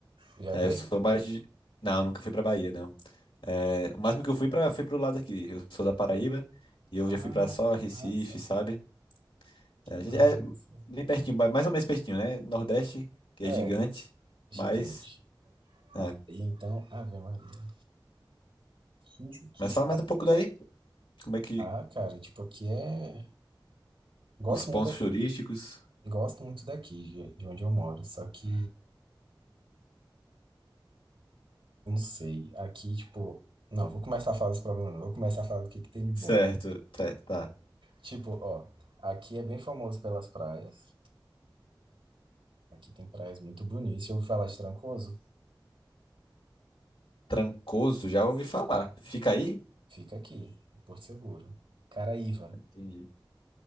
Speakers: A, on the right (about 80°); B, on the left (about 85°).
A: Já
B: É,
A: veio?
B: eu sou mais de... Não, nunca fui pra Bahia, não. É, o máximo que eu fui pra, foi pro lado aqui. Eu sou da Paraíba e eu
A: Ah,
B: já fui pra só
A: que
B: Recife,
A: massa,
B: sabe?
A: que
B: É, a
A: massa.
B: gente- é bem pertinho, ba- mais ou menos pertinho, né? Nordeste, que
A: É,
B: é gigante,
A: gigante.
B: mas... é.
A: A Bahia, então, Ave Maria. Que, que
B: Mas
A: está
B: fala mais um pouco daí, como é que,
A: Ah, cara, tipo, aqui é. Gosto
B: Os pontos
A: muito daqui.
B: turísticos.
A: Gosto muito daqui, de de onde eu moro. Só que Não sei. Aqui, tipo. Não, vou começar a falar dos problemas, não. Vou começar a falar do que que tem de bom
B: Certo,
A: aqui.
B: tá, tá.
A: Tipo, ó. Aqui é bem famoso pelas praias. Aqui tem praias muito bonitas. Se eu ouvi falar de Trancoso,
B: Trancoso, já ouvi falar. Fica aí?
A: fica aqui, em Porto Seguro. Caraíva,
B: Entendi.